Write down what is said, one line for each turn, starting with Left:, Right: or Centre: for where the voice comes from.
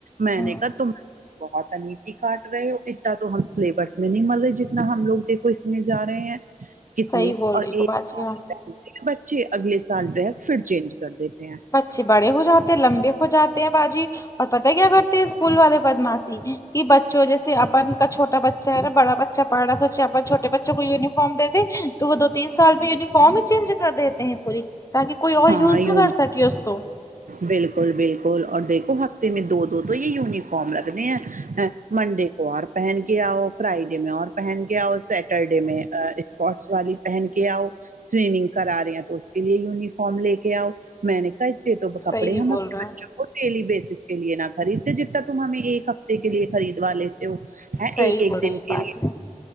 Right: میں
Left: ہ
Right: نے کہا تم بہت انیتی کاٹ رہے ہو تو ہم سلیبس میں نہیں مل رہے جتنا ہم لوگ دیکھو اس میں جا رہے ہیں کتنے
Left: صحیح بول
Right: اور
Left: رہی ہو
Right: ایک
Left: باجی
Right: سال
Left: ہاں
Right: بچے اگلے سال ڈریس پھر چینج کر دیتے ہیں
Left: بچے بڑے ہو جاتے ہیں لمبے ہو جاتے ہیں باجی اور پتہ کیا اگر اسکول والے بدماش کہ بچوں جیسے اپن کا چھوٹا بچا ہے نا بڑا بچا پڑھا سوچ چھٹے بچوں کو ینیفارم دے تو وہ دو تین سال میں یوفا فارم چینج کر دیتے ہیں پوری تاکہ کوئی اور
Right: ہاں
Left: یوز
Right: یون
Left: نہ کر سکے اس کو
Right: بالکل بالکل اور دیکھو ہفتے میں دو دو تو یہ یونیفارم رگتے ہیں آ منڈے اور پہن کے آؤ فرائیڈے میں اور پہن کے آؤ سیٹرڈے میں اسپٹس والی پہن کے آؤ سوئمنگ کرا رہے ہیں تو اس کے لیے ینیفار فارم لے کے آؤ میں نے کہا اتے تو
Left: صحیح
Right: کپڑے ہم
Left: بول
Right: اپنے
Left: رہے ہیں
Right: بچوں وہ ڈیلی بیسس کے لیے نہ خریدتے جتنا تم ہمیں ایک ہفتے کے لیے خریدوا لیتے ہو ہاں
Left: صحیح
Right: ایک ایک
Left: بول رہے
Right: دن
Left: ہیں
Right: کے
Left: باجی
Right: لیے